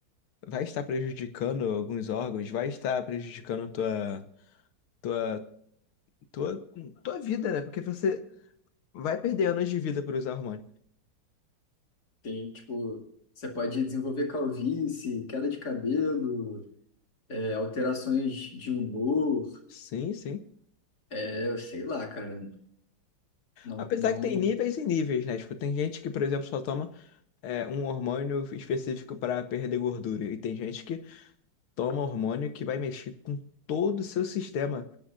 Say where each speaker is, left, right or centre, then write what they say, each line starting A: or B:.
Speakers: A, on the left (about 80°); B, on the left (about 50°).
A: vai estar prejudicando alguns órgãos, vai estar prejudicando tua, tua, tua, tua vida, né? Porque você vai perder anos de vida por usar hormônio.
B: Tem, tipo, você pode desenvolver calvície, queda de cabelo, é, alterações de humor.
A: Sim, sim.
B: é Eu sei lá, cara. Não,
A: Apesar
B: não,
A: que tem níveis e níveis, né? Tipo, tem gente que, por exemplo, só toma é, um hormônio específico para perder gordura, e tem gente que toma hormônio que vai mexer com todo o seu sistema